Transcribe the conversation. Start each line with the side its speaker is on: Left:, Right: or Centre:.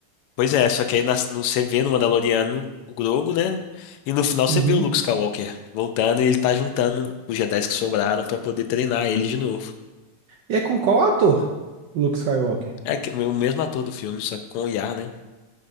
Left: Pois é, só que aí nas- no, você vê no Mandaloriano o Grogu, né? E no final você
Right: Uhum.
Left: vê o Luke Skywalker voltando e ele tá juntando os Jedi que sobraram pra poder treinar ele de novo.
Right: E é com qual ator? Luke Skywalker.
Left: É que- o mesmo ator do filme, só que com IA, né?